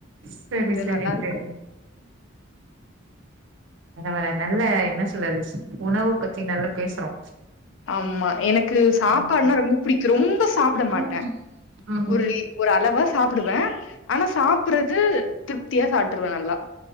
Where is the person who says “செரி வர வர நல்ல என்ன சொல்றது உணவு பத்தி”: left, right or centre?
Right